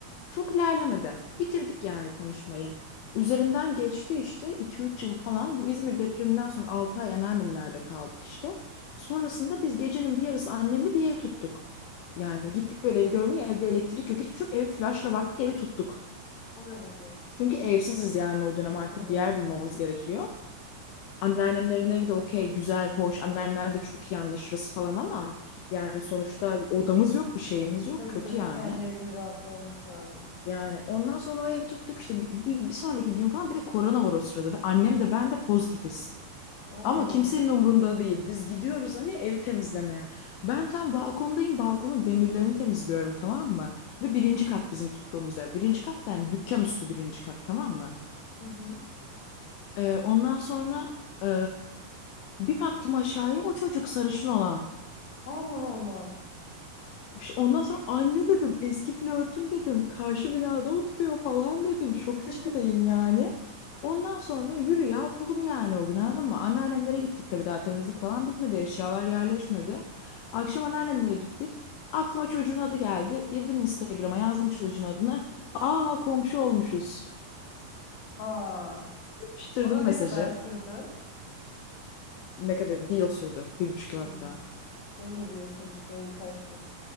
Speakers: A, on the left; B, on the left.
A: çok ilerlemedi. Bitirdik yani konuşmayı. Üzerinden geçti işte 2-3 yıl falan. Bu İzmir depreminden sonra 6 ay anneannemlerde kaldık işte. Sonrasında biz gecenin bir yarısı annemle bir ev tuttuk. Yani gittik böyle evi görmeye evde elektrik yok hiçbir şey yok. Evi flaşla baktık evi tuttuk.
B: O derece.
A: Çünkü evsiziz yani o dönem artık
B: Tabii.
A: bir yer bulmamız gerekiyor. Anneannemlerin evi de okey güzel hoş anneannemlerle çok iyi anlaşırız falan ama yani sonuçta odamız yok bir şeyimiz yok
B: Tabii
A: kötü
B: canım
A: yani.
B: kendi evinin rahatlı olması lazım.
A: Yani ondan sonra o evi tuttuk işte bir, bir, bir sonraki gün falan bir de korona var o sırada ve annem de ben de pozitifiz.
B: Oo.
A: Ama kimsenin umrunda değil. Biz gidiyoruz hani evi temizlemeye. Ben tam balkondayım. Balkonun demirlerini temizliyorum tamam mı? Ve birinci
B: Hı hı.
A: kat bizim tuttuğumuz ev. Birinci kat yani dükkan üstü birinci kat tamam mı?
B: Hı hı.
A: Ee, ondan sonra e, bir baktım aşağıya o çocuk sarışın olan.
B: Allah Allah.
A: İşte Ondan sonra anne dedim, eski flörtüm dedim, karşı binada oturuyor falan dedim. Şok
B: <laughs>
A: içindeyim yani. Ondan sonra yürü ya kulum yani o gün anladın mı? Anneannemlere gittik tabii daha temizlik falan bitmedi, eşyalar yerleşmedi. Akşam anneannemlere gittik. Aklıma çocuğun adı geldi. Girdim Instagram'a yazdım çocuğun adını. Aa komşu olmuşuz.
B: Aa.
A: Yapıştırdım
B: Ona ne
A: mesajı.
B: kadar sürdü?
A: Ne kadar? Bir yıl sürdü. Bir buçuk yıl
B: Hmm.
A: hatta.
B: Benim de bir yıl sürmüştü o ilk aşkım.